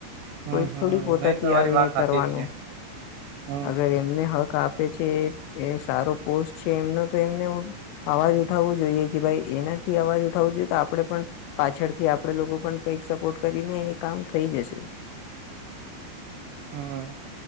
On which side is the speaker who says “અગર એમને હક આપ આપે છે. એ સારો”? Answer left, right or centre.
Left